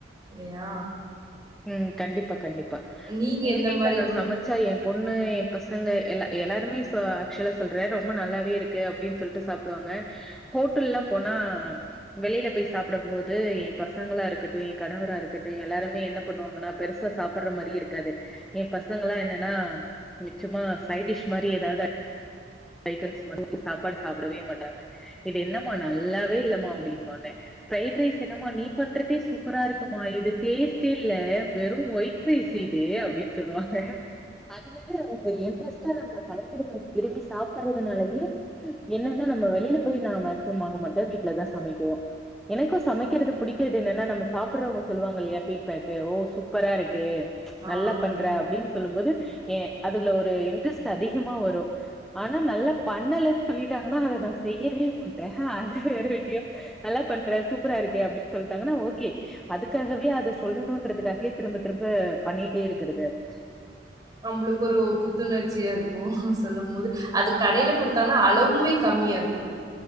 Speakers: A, on the right; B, in the centre.
A: இல்லையா
B: ம் கண்டிப்பா கண்டிப்பா
A: நீங்க
B: எங்க
A: எந்த
B: வீட்டுல
A: மாரி
B: நான்
A: ஒன்
B: சம ச்சா என் பொண்ணு என் பசங்க எல்ல எல்லாருமே ஆக்சுவலா சொல்ற ரொம்ப நல்லாவே இருக் கு அப்டின் சொல்லிட்டு சாப்பிடுவாங்க ஹோட்டல்லா போனா வெளியில போய் சாப்பிடும் போது என் பசங்களா இருக்கட்டு என் கணவரா இருக்கட்டு எல்லாருமே என்ன பண்ணுவாங்கன்னா பெருசா சாப்பற்ற மாரியே இருக்காது என் பசங்கலா என்னன்னா நிச்சமா சைடிஷ் மாரி ஏதாவது ஐட்டம்ஸ் மட்டு இ சாப்பாடு சாப்பிடவே மாட்டாங்க இது என்னம் நல்லாவே இல்லமா அப்டின்னுவாங்க பிஃரைட் ரைஸ் என்னம்மா நீ பண்றதே சூப்பரா இருக்குமா இது டேஸ் ட்டில்ல வெறும் ஒயிட் ரைஸ் இது அப்டின் சொல்லுவாங்க அதனால அவ்ங் இன்ட்ரெஸ்ட்டா நம்ம சமைக்கிறத விரும்பி சாப்பறதுனாலயே என்னன்னா நம்ம வெளில போய் நா மேக்சிமம் வாங்க மாட்டே வீட்டுலதா சமைக்குவோ எனக்கு சமைக்கிறது புடிக்கிறது என்னன்னா நம்ம சாப்புறோங்க சொல்வாங்க இல்லயா ஃபீட் பேக்கு ஓ சூப்பராருக்கு
A: ஆ
B: நல்லா
A: ஆ
B: பண்ற அப்டின் சொல்லும் போது ஏ அதுல ஒரு இன்ட்ரெஸ்ட்டு அதிகமா வரு ஆனா நல்லா பண்ணலன் சொல்லிட்டாங்கன்னா அத நா செய்யவே மாட்டே அது வேற விஷயோ நல்லா பண்ற சூப்பராருக்கு அப்டின் சொல்ட்டாங்கன்னா ஓகே அதுக்காகவே அத சொல்லணுன்றதுக்காகயே திரும்ப திரும்ப பண்ணிட்டே இருக்குறது அது
A: நம்பளுக்கு ஒரு புத்துணர்ச்சியா இருக்கு சொல்லும் போது அது கடைல குடுத்தாங்கன்னா அளவுமே கம்மியாருக்கு